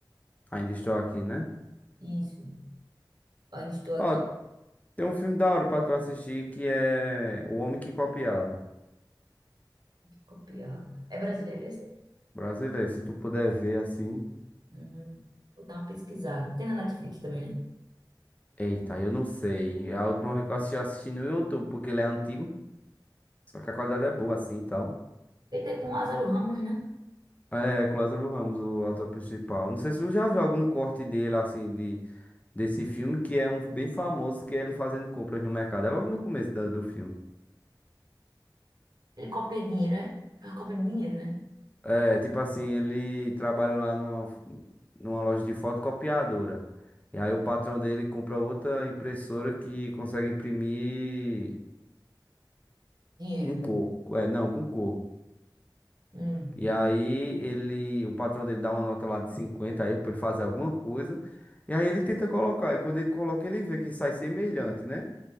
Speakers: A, on the left (about 20°); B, on the right (about 60°).
A: Ainda estou aqui, né?
B: Isso. Ainda estou aqui.
A: Ó, tem um filme da hora pra tu assistir que é O Homem que Copiava.
B: Copiava. É brasileiro esse?
A: Brasileiro, se tu puder ver assim.
B: Uhum. Vou dar uma pesquisada. Tem na Netflix também, né?
A: Eita, eu não sei. A última vez que eu assisti, eu assisti no YouTube, porque ele é antigo. Só que a qualidade é boa assim e tal.
B: Ele tem com o Lázaro Ramos, né?
A: É, com o Lázaro Ramos, o ator principal. Não sei se tu já viu algum corte dele, assim, de, desse filme, que é um bem famoso, que é ele fazendo compras no mercado. É logo no começo da- do filme.
B: Ele copia dinheiro, é? Faz cópia de dinheiro, né?
A: É, tipo assim, ele trabalha lá numa, numa loja de fotocopiadora. E aí o patrão dele compra outra impressora que consegue imprimir
B: Dinheiro.
A: com cor. É, não, com cor.
B: Hum.
A: E aí ele, o patrão dele dá uma nota lá de 50 a ele pra ele fazer alguma coisa. E aí ele tenta colocar. E quando ele coloca, ele vê que sai semelhante, né?